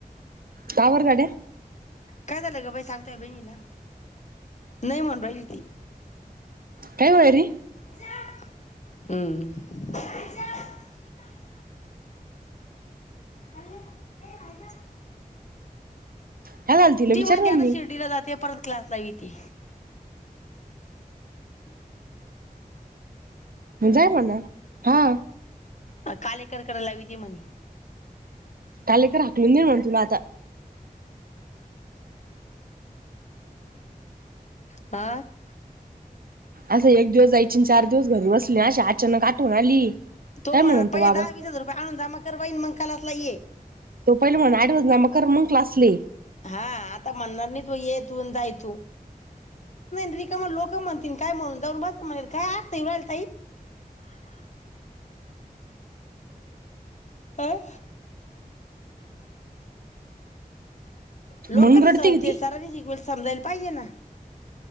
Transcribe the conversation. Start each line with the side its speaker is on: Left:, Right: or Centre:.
Right: का बर गड्या
Left: काय झालं ग बाई सांगताय बहिणीला, नाही म्हणून राहिली ती
Right: काय होय री
Left: हम् खाल्ले नाहीय झा
Right: काय झालं तिला
Left: ती
Right: विचार
Left: म्हणते
Right: ना
Left: आता
Right: मी
Left: शिर्डीला जाते. परत क्लासला ईती हो हो
Right: जाय म्हणा, हा
Left: अ कालेकर कडे लावीती म्हणे
Right: कालेकर हाकलून दे म्हण तुला आता
Left: हा <inaudible>
Right: असं एक दिवस जायची चार दिवस घरी बसली अशा अचानक आठवून आली.
Left: तो
Right: काय
Left: म्हणल
Right: म्हणून
Left: पहिले
Right: बाबा
Left: दहा वीस हजार रुपये आणून जमा कर आणि मग कलासला ये.
Right: तो पहिले म्हण आडवज ना मग कर मग क्लासले
Left: हा आता म्हणणार नाही तो येत. <unintelligible> रिकाम लोक म्हणतील काय म्हणून जाऊण बस, म्हणून काय आत नाहीव साब अं लोकच
Right: म्हणून रडते का
Left: ते
Right: ती
Left: सरांनी शिकवल समजायला पाहिजे ना